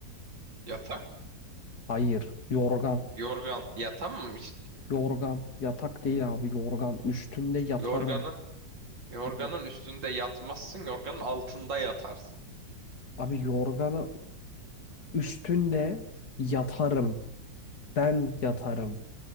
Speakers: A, on the right (about 90°); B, on the left (about 60°).
A: Yatak.
B: Hayır. Yorgan.
A: Yorgan. Ya tamam işte.
B: Yorgan. Yatak değil abi yorgan. Üstünde yatarım.
A: Yorganın yorganın
B: E,
A: üstünde yatmazsın. Yorganın altında yatarsın.
B: Abi yorganı üstünde yatarım. Ben yatarım.